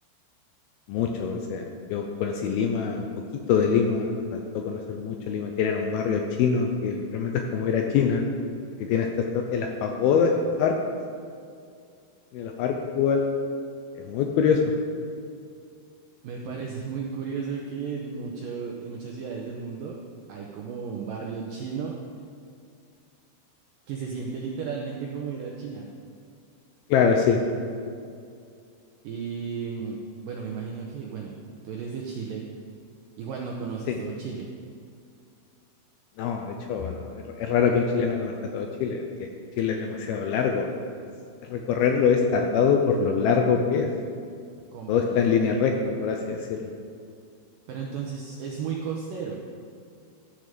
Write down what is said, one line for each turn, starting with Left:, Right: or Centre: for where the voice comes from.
Left: mucho. O sea, yo conocí Lima, un poquito de Lima, me faltó conocer mucho Lima. Tienen un barrio chino que literalmente es como ir a China, que tiene hasta esto- en las pagodas, estos arcos, en los arcos igual, es muy curioso.
Right: Me parece <laughs> muy curioso que en mucho- en muchas ciudades del mundo hay como un barrio chino que se siente literalmente como ir a China.
Left: Claro, sí.
Right: Y mm, bueno, me imagino que, bueno, tú eres de Chile, igual no conoces
Left: Sí.
Right: todo Chile,
Left: No, de hecho, no, es, es raro que un chileno conozca todo Chile, que Chile es demasiado largo. Recorrerlo es tardado por lo largo que es.
Right: comprendo.
Left: Todo está en línea recta, por así decirlo.
Right: Pero entonces es muy costero.